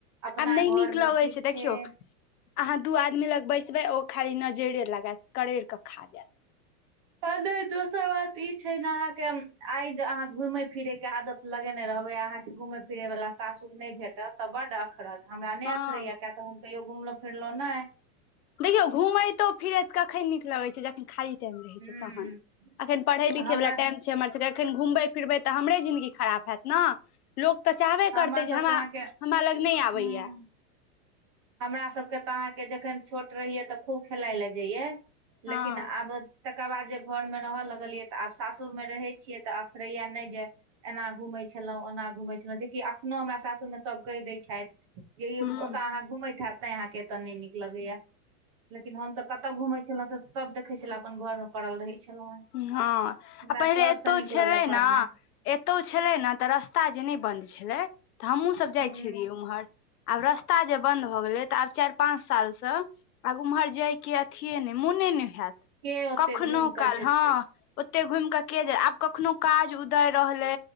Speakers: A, on the right; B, on the left.
A: अपना
B: आब नहि
A: घर
B: नीक
A: मे
B: लगैत
A: ठीक
B: छै देखियौ
A: छैय
B: अहाँ दू आदमी लग बैसबै ओ खाली नजैरे लगाएत करेड़ि कऽ खा जाएत।
A: कहले दोसर बात ई छै ने अहाँके आइ अहाँ घुमेय फिरेय के आदत लगेने रहबै अहाँ के घूमे फिरे वाला सासूर नय भेटत तऽ बड् अखरत। हमरा नय
B: हँ
A: अखरैएा किया तऽ हम कहियो घुमलहुँ फिरलहुँ नय।
B: देखियौ घुमयतो फिरै कखैन नीक लगै छै जखन खाली टाइम रहे
A: हूँ
B: छै तहन अखन पढ़ै
A: तऽ
B: लिखै
A: हमर
B: वाला टाइम छै हमर सबके एखन घुमबै फिरबै तऽ हमरे जिन्दगी खराब हैत न। लोक तऽ चाहबे
A: हमर
B: करतै जे
A: सबके
B: हमरा
A: अहाँके
B: हमरा लग नहय आबैएया।
A: हूँ हमरा सबके तऽ अहाँके जखन छोट रहियै तऽ खूब खेलइ लए जइये
B: हँ
A: लेकिन आब तकर बाद जे घरमे रहऽ लगलियै तऽ आब सासुर मे रहे छियै तऽ अखरैया नहि जे एना घूमै छलहुँ ओना घूमै छलहुँ जेकि एखनोहु हमरा सासुरमे सभ कहि दै छइथ जे
B: ह
A: ओतय अहाँ घुमैत हैब। नय अहाँके एतऽ, नइ नीक लगैया लेकिन हम तऽ, कतहु घुमै छलहुँं से सब देखै छले, अपन घर मे पड़ल रहै छलहुँ हेँ
B: हँ
A: हमरा
B: आ पहिले
A: सभसँ
B: एतौ
A: नीक
B: छलै
A: लगैए पढ़नाइ
B: न, एतौ छलै न तऽ, रस्त रस्ता ता जे नइ बन्द छलै, तऽ हमहूँसभ जाइत
A: हूँ
B: छलियै ओम्हर आब रस्ता जे बन्द भऽ गेलै तऽ, आब चाइर पाँच साल सँ आब उम्हर जायके अथिये नै मोने ने हैत
A: के ओते
B: कखनो
A: घुमि कऽ
B: काल
A: जेतै
B: ओते घुम क के आब कखनो काज उदर रहलै